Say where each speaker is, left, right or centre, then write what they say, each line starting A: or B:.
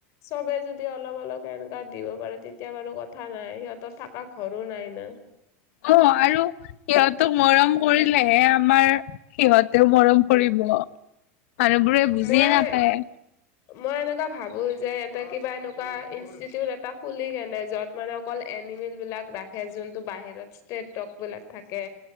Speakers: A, on the left; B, on the left.
A: চবে যদি অলপ অলপ কে দিব পাৰো তেতিয়া বাৰু কথা নাই সিহঁতৰ থকা ঘৰো নাই ন।
B: অঁ আৰু সিহঁতক মৰম কৰিলেহে আমাৰ সিহঁতেও মৰম
A: উম
B: কৰিব, মানুহবোৰে বুজিয়ে
A: মই
B: নাপায়।
A: মই এনেকুৱা ভাবো যে ইয়াতে কিবা এনেকুৱা ইনষ্টিটিউট এটা খুলি কেনে যত মানে অকল এনিমেল বিলাক ৰাখে যোনটো বাহিৰত ষ্টেটক ডগ বিলাক থাকে।